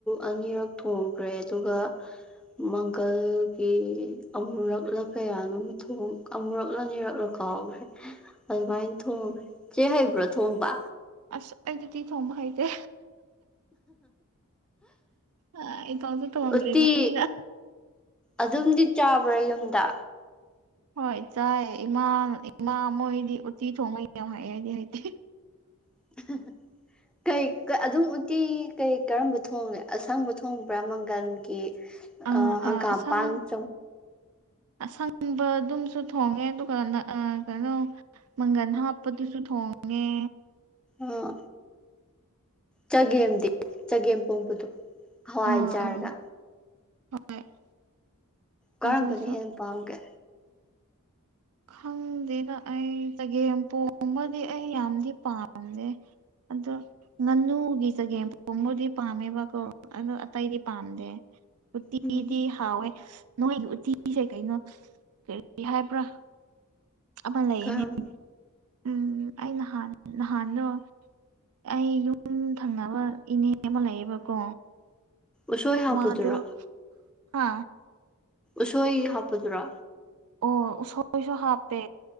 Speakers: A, in the centre; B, on the right.
A: ꯑꯅꯤꯔꯛ ꯊꯣꯡꯈ꯭ꯔꯦ ꯑꯗꯨꯒ ꯃꯪꯒꯜꯒꯤ ꯑꯃꯨꯔꯛꯂ ꯀꯌꯥꯅꯣ ꯃ ꯊꯣꯡ ꯑꯃꯨꯔꯛꯂ ꯅꯤꯔꯛꯂꯣ ꯀꯥꯎꯈ꯭ꯔꯦ ꯑꯗꯨꯃꯥꯏꯅ ꯊꯣꯡꯉꯤ ꯆꯦ ꯍꯩꯕ꯭ꯔꯣ ꯊꯣꯡꯕ
B: ꯑꯁ ꯑꯩꯗꯤ ꯀꯩ ꯊꯣꯡꯕ ꯍꯩꯇꯦ ꯑ ꯑꯩꯕꯥꯎꯗ ꯇꯣꯡꯗ꯭ꯔꯤꯕꯅꯤꯅ
A: ꯎꯇꯤ ꯑꯗꯨꯝꯗꯤ ꯆꯥꯕ꯭ꯔꯥ ꯌꯨꯝꯗ
B: ꯍꯣꯏ ꯆꯥꯏ ꯏꯃꯥ ꯏꯃꯥ ꯃꯣꯏꯗꯤ ꯎꯇꯤ ꯊꯣꯡꯕ ꯌꯥꯝ ꯍꯩ ꯑꯩꯗꯤ ꯍꯩꯇꯦ
A: <unintelligible> ꯀꯩ ꯀ ꯑꯗꯨꯝ ꯎꯠꯇꯤ ꯀꯩ ꯀꯔꯝꯕ ꯊꯣꯒꯦ ꯑꯁꯪꯕ ꯊꯣꯡꯕ꯭ꯔꯥ ꯃꯪꯒꯜꯒꯤ
B: ꯑꯥ
A: ꯑ ꯍꯪꯒꯥꯝꯄꯥꯥꯟ
B: ꯑꯥ ꯑꯁꯪ
A: <unintelligible>
B: ꯑꯁꯪꯕ ꯑꯗꯨꯝꯁꯨ ꯊꯣꯡꯉꯦ ꯑꯗꯨꯒꯅ ꯑꯥ ꯀꯩꯅꯣ ꯃꯪꯒꯟ ꯍꯥꯞꯄꯗꯨꯁꯨ ꯊꯣꯡꯉꯦ
A: ꯑꯥ ꯆꯒꯦꯝꯗꯤ ꯆꯒꯦꯝ ꯄꯣꯝꯕꯗꯣ ꯍꯋꯥꯏꯖꯥꯔꯒ
B: ꯑꯥ ꯑꯥ <unintelligible>
A: ꯀꯔꯝꯕꯅ
B: ꯑꯗꯨꯁꯨ
A: ꯍꯦꯟ ꯄꯥꯝꯒꯦ
B: ꯈꯪꯗꯦꯗ ꯑꯩ ꯆꯒꯦꯝ ꯄꯣꯝꯕꯗꯤ ꯑꯩ ꯌꯥꯝꯗꯤ ꯄꯥꯝꯗꯦ ꯑꯗꯣ ꯉꯥꯅꯨꯒꯤ ꯆꯒꯦꯝ ꯄꯣꯝꯕꯗꯤ ꯄꯥꯝꯃꯦꯕꯀꯣ ꯑꯗꯣ ꯑꯇꯩꯗꯤ ꯄꯥꯝꯗꯦ ꯎꯇꯤꯗꯤ
A: ꯎꯝ
B: ꯍꯥꯎꯋꯦ ꯅꯣꯏꯒꯤ ꯎꯇꯤꯁꯦ ꯀꯩꯅꯣ ꯀꯔꯤ ꯍꯥꯏꯕ꯭ꯔꯥ ꯑꯃ ꯂꯩꯑꯦꯅꯦ
A: ꯀꯔꯝ
B: ꯎꯝ ꯑꯩ ꯅꯍꯥꯟ ꯅꯍꯥꯟꯗꯣ ꯑꯩ ꯌꯨꯝ ꯊꯪꯅꯕ ꯏꯅꯦ ꯑꯃ ꯂꯩꯌꯦꯕꯀꯣ
A: ꯎꯁꯣꯏ ꯍꯥꯞꯄꯗꯨꯔꯥ
B: ꯃꯥꯗꯨ ꯍꯥ
A: ꯎꯁꯣꯏ ꯍꯥꯞꯄꯗꯨꯔꯣ
B: ꯑꯣ ꯎꯁꯣꯏꯁꯨ ꯍꯥꯞꯄꯦ